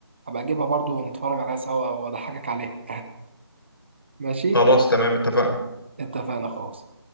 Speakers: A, on the right; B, on the left.
A: هبقى اجيبها برضو ونتفرج عليها سوا واضحكك عليها <laughs> ماشي
B: خلاص تمام اتفقنا
A: اتفقنا خلاص